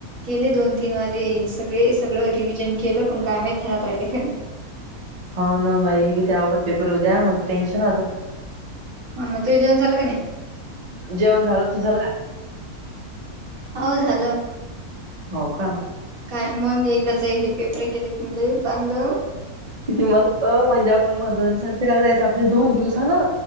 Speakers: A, on the right; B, on the right.
A: गेले दोन, तीन वाले. सगळे सगळं रिव्हजन केलं पण काय माहित ध्यात राहिते का नाही.
B: हो ना बाई किती अवघड पेपरऊ द्या मला टेन्शन आल.
A: <unintelligible>
B: जेवण झालं तुझ झालं का?
A: हो झालं.
B: हो का!
A: काय मग एकच हाय इथ गेल चांगल.
B: किती मस्त म्हणजे आपण महत्वा दिस फिरायला जायचं आपले दोन दिवस ना.